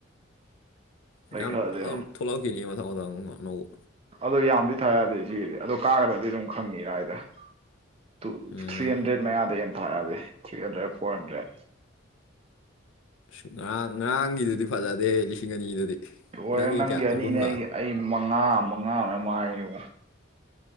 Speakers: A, on the right; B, on the left.
A: ꯂꯩꯈꯠꯂꯁꯦ
B: ꯃꯌꯥꯝ ꯑꯗꯨꯝ
A: ꯌꯦꯡꯉꯣ
B: ꯊꯣꯛꯂꯛꯈꯤꯅꯤ ꯃꯊꯪ ꯃꯊꯪ ꯑꯅꯧꯕ
A: ꯑꯗꯣ ꯌꯥꯝꯗꯤ ꯊꯥ ꯌꯥꯗꯦ ꯁꯤꯒꯤꯗꯤ ꯑꯗꯣ ꯀꯥꯒꯗ꯭ꯔꯗꯤ ꯑꯗꯨꯝ ꯈꯪꯅꯤꯔ ꯍꯥꯏꯗ ꯇꯨ
B: ꯎꯝ
A: ꯊ꯭ꯔꯤ ꯍꯟꯗ꯭ꯔꯦꯠ ꯃꯌꯥꯗ ꯌꯦꯟ ꯊꯥꯔꯛꯑꯁꯦ ꯊ꯭ꯔꯤ ꯍꯟꯗ꯭ꯔꯦꯠ ꯐꯣꯔ ꯍꯟꯗ꯭ꯔꯦꯠ
B: ꯑ ꯉꯔꯥꯡ ꯉꯔꯥꯡꯒꯤꯗꯨꯗꯤ ꯐꯖꯗꯦ ꯂꯤꯁꯤꯡ ꯑꯅꯤꯗꯨꯗꯤ
A: ꯂꯣꯏꯔꯦ ꯅꯪꯒꯤ
B: ꯀꯌꯥ
A: ꯑꯅꯤꯅꯦ
B: ꯑꯍꯨꯝꯂꯥ
A: ꯑꯩꯒꯤ ꯑꯩ ꯃꯉꯥ ꯃꯉꯥ ꯑꯃꯅ ꯃꯥꯡꯉꯤꯕꯣ